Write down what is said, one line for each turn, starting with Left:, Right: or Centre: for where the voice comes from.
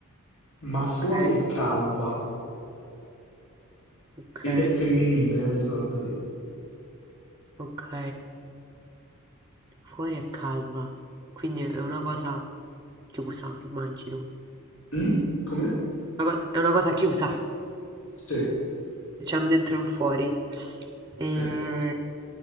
Left: ma fuori
Right: Ok,
Left: è calva
Right: ok,
Left: ed è femminile, eh, ricordati.
Right: ok. Fuori è calma, quindi è una cosa chiusa, immagino.
Left: Mm? Come?
Right: Una co- È una cosa chiusa.
Left: Sì,
Right: C'è un dentro e un fuori.
Left: sì.
Right: E...